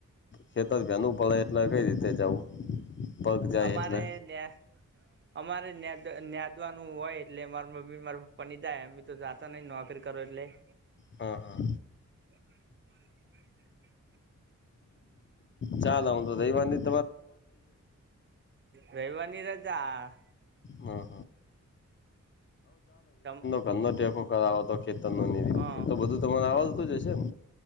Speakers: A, on the left; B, on the right.
A: ખેતર ઘેરનું પડે એટલે કઈ રીતે જવું પગ જાય
B: અમારે
A: એટલે
B: ત્યાં અમાંરે ના્યાદવાનું હોય એટલે માર મમ્મી મારા પપ્પા ની જાય એમતો સાધન લઈ ને નોકરી કરો એટલે
A: હા હા.
B: <inaudible>
A: ચાલ હું તો રયવારની
B: રયવારની રજા
A: હા
B: તમ
A: ઘનો ટેકો કરાવો હતો ખેતર નો નિધિ
B: હ
A: એ તો બધું તમારે આવજતું જશે ને